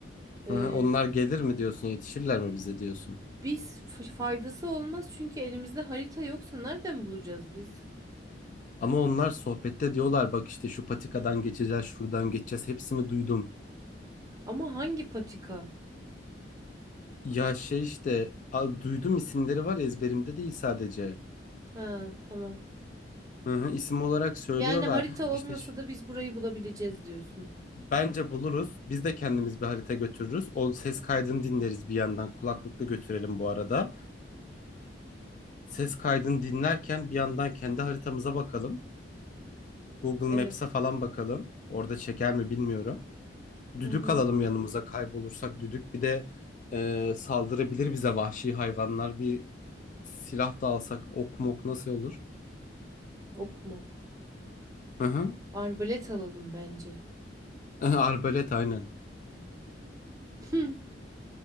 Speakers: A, on the right (about 20°); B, on the left (about 45°).
A: e,
B: Hı hı, onlar gelir mi diyorsun, yetişirler mi bize diyorsun.
A: biz f- faydası olmaz çünkü elimizde harita yoksa nereden bulacağız biz?
B: Ama onlar sohbette diyorlar bak işte şu patikadan geçeceğiz, şuradan geçeceğiz. Hepsini duydum.
A: Ama hangi patika?
B: Ya şey işte a- duydum isimleri var ezberimde değil sadece.
A: Ha tamam.
B: Hı hı, isim olarak söylüyorlar.
A: Yani harita olmasa
B: İşte ş-
A: da biz burayı bulabileceğiz diyorsun.
B: bence buluruz. Biz de kendimiz bir harita götürürüz. O ses kaydını dinleriz bir yandan. Kulaklıkla götürelim bu arada. Ses kaydını dinlerken bir yandan kendi haritamıza bakalım. Google
A: Evet.
B: Maps'e falan bakalım. Orada çeker mi bilmiyorum. Düdük
A: Hı hı.
B: alalım yanımıza kaybolursak düdük. Bir de e, saldırabilir bize vahşi hayvanlar. Bir silah da alsak ok mok nasıl olur?
A: Ok mok.
B: Hı hı.
A: Arbalet alalım bence.
B: <laughs> Arbalet aynen.
A: <laughs>